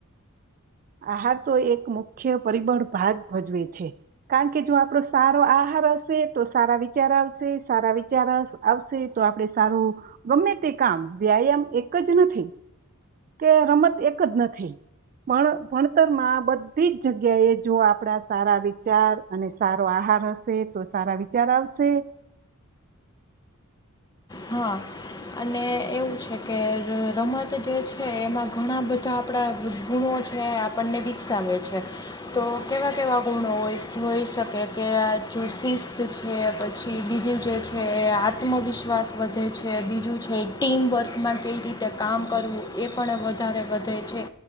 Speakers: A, on the right; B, on the left.
A: આહાર તો એક મુખ્ય પરિબળ ભાગ ભજવે છે કારણ કે જો આપણો સારો આહાર હશે તો સારા વિચાર આવશે સારા વિચાર આવશે તો આપણે સારું ગમે તે કામ વ્યાયામ એક જ નથી કે રમત એક જ નથી પણ ભણતરમાં બધી જ જગ્યાએ જો આપણા સારા વિચાર અને સારો આહાર હશે તો સારા વિચાર આવશે
B: હા અને એવું છે કે રમત જે છે એમાં ઘણા બધા આપણા ગુણો છે આપણને વિકસાવે છે તો કેવા કેવા ગુણો જોઈ શકે કે આ જો શિસ્ત છે પછી બીજું જે છે એ આત્મવિશ્વાસ વધે છે બીજું છે ટીમવર્કમાં કઈ રીતે કામ કરવું એ પણ વધારે વધે છે